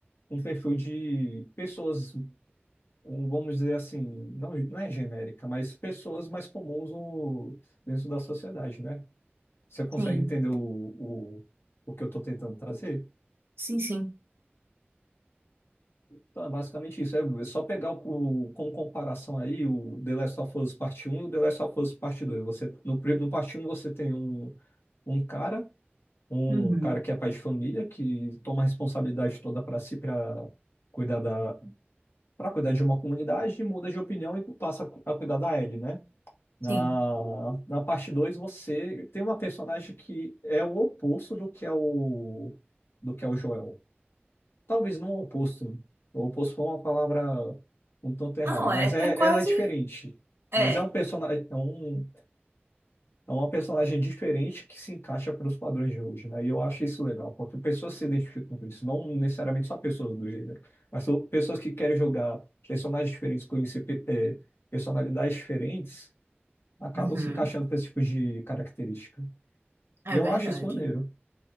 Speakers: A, on the left; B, on the right.
A: um perfil de pessoas, um, vamos dizer assim, não, não é genérica, mas pessoas mais comuns no- dentro da sociedade, né? Você consegue
B: Sim.
A: entender o, o, o que eu estou tentando trazer?
B: Sim, sim.
A: Então, é basicamente isso. É é só pegar o, o- com comparação aí o The Last of Us Parte Um, e o The Last of Us Parte Dois. Você, no, pri- no Parte Um você tem um, um cara, um
B: Uhum.
A: cara que é pai de família, que toma a responsabilidade toda para si, para cuidar da, para cuidar de uma comunidade, e muda de opinião e passa a cuidar da Ellie, né? Na,
B: Sim.
A: na parte 2 você tem uma personagem que é o oposto do que é o do que é o Joel. Talvez não o oposto. O oposto foi uma palavra um tanto errada,
B: Não,
A: mas
B: é,
A: é,
B: é quase.
A: ela é diferente.
B: É.
A: Mas é um personagem, é um, é uma personagem diferente que se encaixa para os padrões de hoje, né? E eu acho isso legal, porque pessoas se identificam com isso, não necessariamente só pessoas do gênero, mas são pessoas que querem jogar personagens diferentes, conhecer pe- eh, personalidades diferentes, acabam
B: Uhum.
A: se encaixando para esse tipo de característica.
B: É
A: E eu
B: verdade.
A: acho isso maneiro.